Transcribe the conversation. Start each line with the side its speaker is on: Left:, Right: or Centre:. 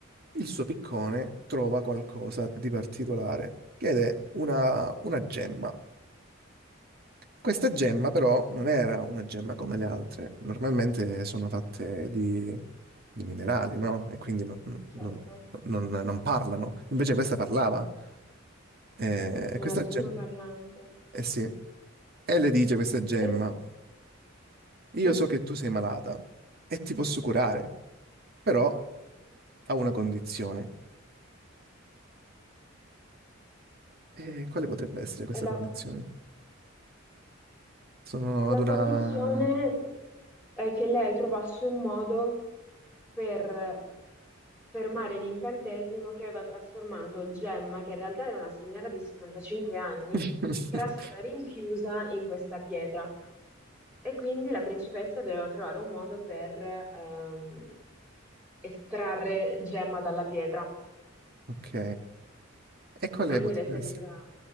Right: il suo piccone trova qualcosa di particolare, che è una, una gemma. Questa gemma però non era una gemma come le altre, normalmente sono fatte di, di minerali, no? E quindi non,
Centre: Certo.
Right: non- non- non parlano, invece questa parlava. Eh, E questa
Centre: Una
Right: gemma,
Centre: gemma parlante.
Right: eh sì, e le dice questa gemma,
Centre: E,
Right: io
Centre: <laughs>
Right: so che tu sei malata e ti posso curare, però ha una condizione. E quale potrebbe essere questa
Centre: e la...
Right: condizione? Sono
Centre: La
Right: ad una...
Centre: condizione è che lei trovasse un modo per fermare l'incantesimo che aveva trasformato Gemma, che in realtà era una signora di 75 anni,
Right: <laughs>
Centre: che era stata rinchiusa in questa pietra. E quindi la principessa doveva trovare un modo per ehm, estrarre Gemma dalla pietra.
Right: Ok. E quale
Centre: E quindi
Right: potrebbe
Centre: le serviva,
Right: essere?